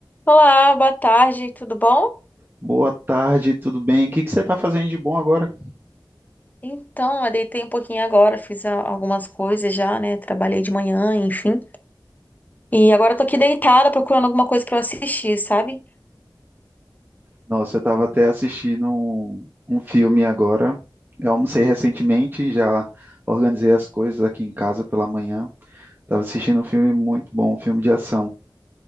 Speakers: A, on the left; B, on the right.
A: Olá, boa tarde, tudo bom?
B: Boa tarde, tudo bem? O que que você está fazendo de bom agora?
A: Então, eu deitei um pouquinho agora, fiz a- algumas coisas já, né? Trabalhei de manhã, enfim. E agora eu tô aqui deitada procurando alguma coisa pra eu assistir, sabe?
B: Nossa, eu estava até assistindo um, um filme agora. Eu almocei recentemente, já organizei as coisas aqui em casa pela manhã. Estava assistindo um filme muito bom, um filme de ação.